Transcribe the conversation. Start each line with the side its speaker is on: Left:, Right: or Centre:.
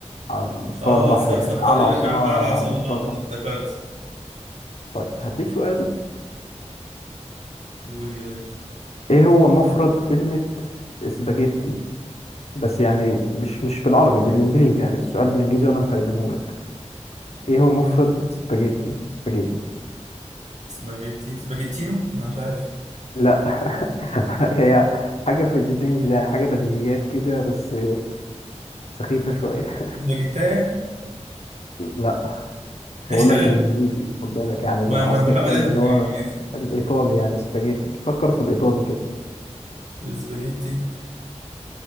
Left: على مستوى
Right: اه
Left: البحر
Right: صح
Left: تقريبا
Right: صح تقريبا
Left: اعلى عاصمة
Right: أع- اعلى عاصمة
Left: على مستوى
Right: اه
Left: البحر
Right: اه افتكرت
Left: طيب هديك سؤال
Right: قول يا باشا
Left: ايه هو مفرد كلمة اسباجيتي بس يعني مش مش بالعربي بالانجليزي يعني السؤال بالانجليزي وانا مترجمه لك ايه هو مفرد سباجيتي سباجيتي
Right: سباجيتي سباجيتينو انا مش عارف
Left: لا <laughs> هي حاجه في الرينج ده يعني حاجه بديهيات كده بس سخيفه شويه
Right: سباجيتايا
Left: لا
Right: <laughs>
Left: بقول
Right: مش عارف
Left: لك بالانجليزي خد بالك يعني
Right: ما,
Left: بقى
Right: ما
Left: اصل
Right: انا بحاول
Left: الكلمه
Right: اهبط
Left: اللي
Right: بالانجليزي
Left: هو الايطالي يعني سباجيتي فكر في الايطالي كده
Right: سباجيتي